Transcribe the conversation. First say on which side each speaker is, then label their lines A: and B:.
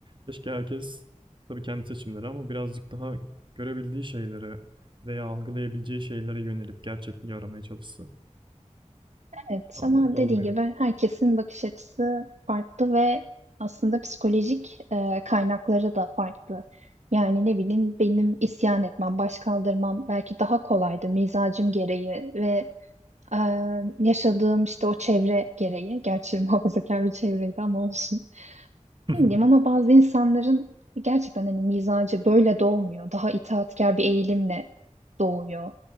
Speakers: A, on the right (about 40°); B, on the right (about 65°).
A: Keşke herkes tabii kendi seçimleri ama birazcık daha görebildiği şeylere veya algılayabileceği şeylere yönelip gerçekliği aramaya çalışsa.
B: Evet
A: Ama
B: ama
A: olmuyor.
B: dediğin gibi herkesin bakış açısı farklı ve aslında psikolojik e, kaynakları da farklı. Yani ne bileyim benim isyan etmem, baş kaldırmam belki daha kolaydı mizacım gereği ve e, yaşadığım işte o çevre gereği. Gerçi <laughs> muhafazakar bir çevreydi ama olsun.
A: <laughs>
B: Ne bileyim ama bazı insanların gerçekten hani mizacı böyle doğmuyor. Daha itaatkar bir eğilimle doğuyor